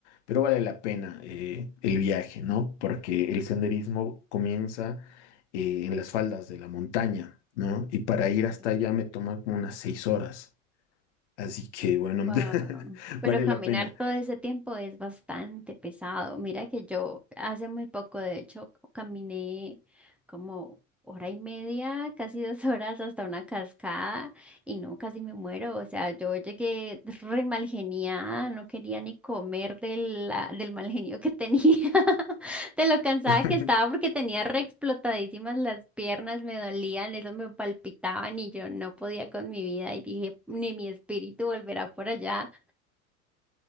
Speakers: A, on the left; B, in the centre.
A: pero vale la pena eh, el viaje, ¿no? Porque el senderismo comienza eh, en las faldas de la montaña, ¿no? Y para ir
B: Claro.
A: hasta allá me toma como unas seis horas. Así que bueno,
B: Wow.
A: <laughs>
B: Pero
A: vale
B: caminar
A: la pena.
B: todo ese tiempo es bastante pesado. Mira que yo hace muy poco, de hecho, caminé como hora y media, casi dos <laughs> horas hasta una cascada y no, casi me muero. O sea, yo llegué re malgeniada, no quería ni comer del, del mal genio que tenía. <laughs> De lo cansada
A: <laughs>
B: que estaba porque tenía re explotadísimas las piernas, me dolían, eso me palpitaban y yo no podía con mi vida y dije, ni mi espíritu volverá por allá.